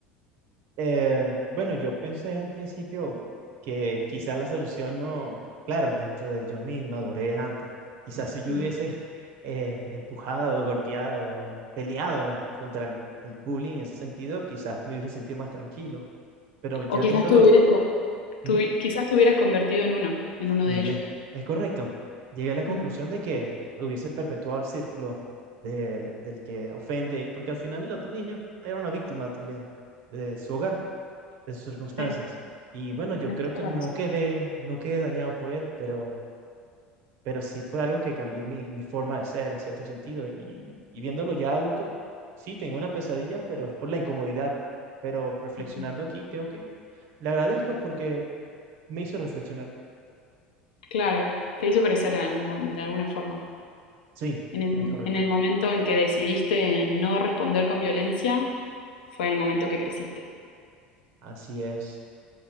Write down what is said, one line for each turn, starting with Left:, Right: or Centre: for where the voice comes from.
Right: Eh, bueno, yo pensé en un principio que quizás la solución no, claro, dentro de yo mi inmadurez antes, quizás si yo
Left: Ujú.
Right: hubiese <laughs> eh, empujado, golpeado, peleado contra el, el bullying en ese sentido, quizás me hubiese sentido más tranquilo, pero ya
Left: O quizás
Right: viéndolo,
Left: te hubieras... co- Tú,
Right: ujú,
Left: quizás te hubieras convertido en uno, en uno
Right: mi
Left: de
Right: bien,
Left: ellos.
Right: es correcto. Llegué a la conclusión
Left: Ujú,
Right: de que hubiese perpetuado el círculo de, del que ofende, porque al final el otro niño era una víctima también de su hogar. de sus circunstancias.
Left: Tenés,
Right: Y bueno, yo
Left: tenés
Right: creo
Left: toda
Right: que
Left: la
Right: no
Left: razón.
Right: quedé, no quedé dañado por él, pero, pero sí fue algo que cambió mi, mi forma de ser en cierto sentido. Y, y viéndolo ya adulto, sí, tengo una pesadilla, pero es por la incomodidad. Pero reflexionando
Left: Ujú.
Right: aquí, creo que le agradezco porque me hizo reflexionar.
Left: Claro, te hizo crecer de algún mo- de alguna forma.
Right: Sí,
Left: En el,
Right: es correcto.
Left: en el momento en que decidiste no responder con violencia, fue el momento que creciste.
Right: Así es.